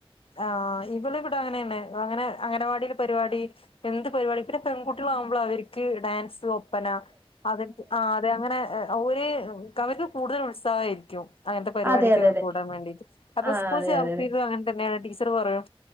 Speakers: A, on the left; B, on the right.
A: ആഹ് ഇവള് ഇവിടെ അങ്ങനെയാണ് അങ്ങനെ അംഗനവാടില് പരിപാടി. എന്ത് പരിപാടി പിന്നെ പെൺകുട്ടികൾ ആവുമ്പോഴേ അവരെക്ക് ഡാൻസും ഒപ്പന അത് എനിക്ക് ആഹ്. അതെ അങ്ങനെ ഓര് കഴിവ് കൂടുതൽ ഉത്സാഹമായിരിക്കും. അങ്ങനത്തെ പരിപാടിക്കൊക്കെ
B: അതെ അതെ അതെ
A: കൂടാൻ വേണ്ടിയിട്ട് അപ്പൊ
B: ആ
A: സ്കൂളിൽ
B: അതെ
A: ചേർത്തിരുന്നോ
B: അതെ അതെ
A: അങ്ങനെ തന്നെയാണ് ടീച്ചറ് പറയും.